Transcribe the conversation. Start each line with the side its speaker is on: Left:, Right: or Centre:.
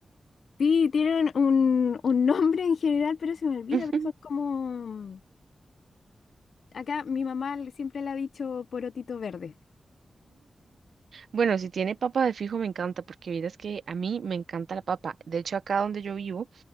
Left: Sí, tienen un, un nombre en general, pero se me olvida,
Right: <laughs>
Left: pero son como... Acá mi mamá le- siempre le ha dicho porotito verde.
Right: Bueno, si tiene papa de fijo me encanta, porque vieras que a mí me encanta la papa. De hecho, acá donde yo vivo